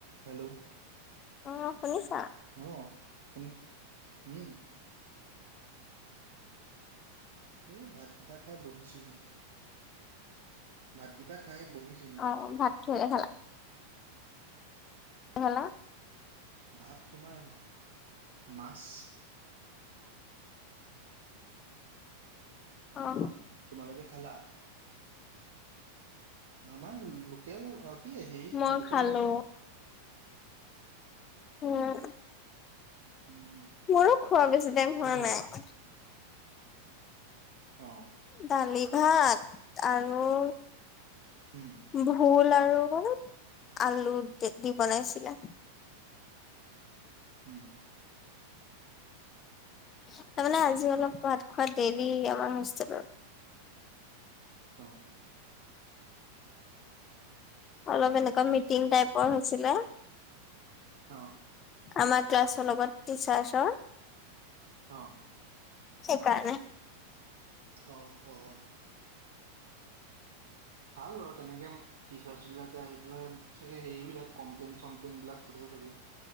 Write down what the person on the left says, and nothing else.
অ শুনিছা?
অ ভাত কিহেৰে খালা? হেলল'?
অ।
মই
খালো।
উম।
মোৰো খোৱা বেছি টাইম
হোৱা নাই।
দালি ভাত আৰু
ভোল আৰু আলু দি দি বনাইছিলে।
তাৰ মানে আজি অলপ ভাত খোৱাত দেৰি আমাৰ হোষ্টেলত।
অলপ এনেুৱা মিটিং াইপৰ হৈছিল
আমাক ক্লাছৰ লগত টিচাৰছৰ
সেইকাৰণে